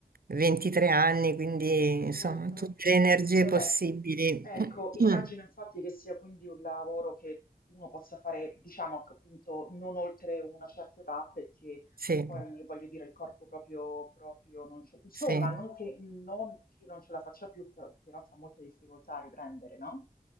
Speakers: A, on the right (about 75°); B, on the left (about 70°).
A: 23 anni, quindi
B: Certo.
A: insomma, tutte le energie
B: Vabbè,
A: possibili.
B: ecco,
A: <clears throat>
B: immagino infatti che sia quindi un lavoro che uno possa fare, diciamo, che appunto, non oltre una certa età, perché
A: Sì,
B: poi, voglio dire, il corpo proprio, proprio non ce... Insomma,
A: sì.
B: non che non, chi non ce la faccia più, però però fa molta difficoltà a riprendere, no?